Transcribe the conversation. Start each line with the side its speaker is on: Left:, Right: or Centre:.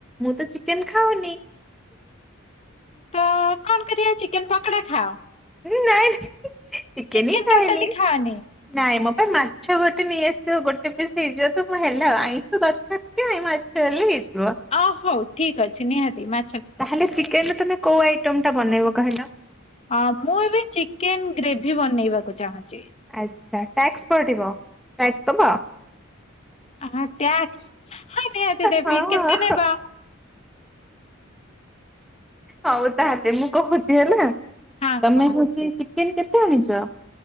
Centre: ମୁଁ ତ ଚିକେନ ଖାଉନି।
Left: ତ-ଅ-ଅ କଣ କରିବା ଚିକେନ ପକୋଡ଼ା ଖାଅ?
Centre: ନାଇଁ ଚିକେନି
Left: ଚିକେନ
Centre: ହିଁ ଖାଏନି।
Left: ଟୋଟାଲି ଖାଅନି
Centre: ନାଇଁ ମୋ ପାଇଁ ମାଛ ଗୋଟେ ନେଇଆସିବ ଗୋଟେ ପିସ୍ ହେଇଯିବ ତ ମୁଁ ହେଲା ଆଉ ଆଇଁଷ ଦରକାର କାଇଁ ମାଛଲେ ହେଇଯିବ।
Left: ଅ ହଉ ଠିକ ଅଛି ନିହାତି ମା
Centre: ତାହେଲେ ଚିକେନ ରେ ତମେ କୋଉ ଆଇଟମ ଟା ବନେଇବ କହିଲ।
Left: ଅ ମୁଁ ଏବେ ଚିକେନ ଗ୍ରେଭି ବନେଇବାକୁ ଚାହୁଁଛି।
Centre: ଆଚ୍ଛା ଟାକ୍ସ ପଡିବ ଟାକ୍ସ ଦବ?
Left: ହଁ ଟ୍ୟାକ୍ସ ନିହାତି ଦେବି
Centre: ହଁ
Left: କେତେ ନେବ କୁହ।
Centre: ହଉ ତାହେଲେ ମୁଁ କହୁଛି ହେଲା।
Left: ହଁ
Centre: ତମେ
Left: କୁହ
Centre: ହଉଛି ଚିକେନ କେତେ ଆଣିଚ?